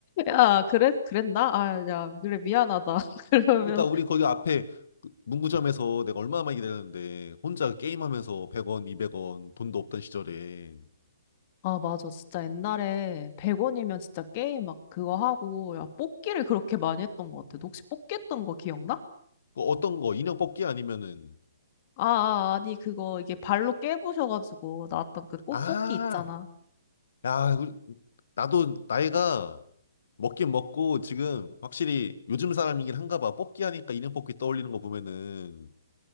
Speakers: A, on the left; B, on the left.
A: 야, 그래, 그랬나? 아, 야, 그래, 미안하다. <laughs> 그러면,
B: 그러니까 우리 거기 앞에 그 문구점에서 내가 얼마나 많이 기다렸는데 혼자 게임하면서 100원, 200원 돈도 없던 시절에
A: 아, 맞아. 진짜 옛날에 100원이면 진짜 게임 막 그거 하고, 야, 뽑기를 그렇게 많이 했던 것 같아. 너 혹시 뽑기 했던 거 기억나?
B: 그 어떤 거 인형 뽑기 아니면은
A: 아, 아, 아니, 그거, 이게 발로 깨부셔가지고 나왔던 그 꽃
B: 아
A: 뽑기 있잖아.
B: 야, 그- 나도 나이가 먹긴 먹고 지금 확실히 요즘 사람이긴 한가 봐. 뽑기 하니까 인형 뽑기 떠올리는 거 보면은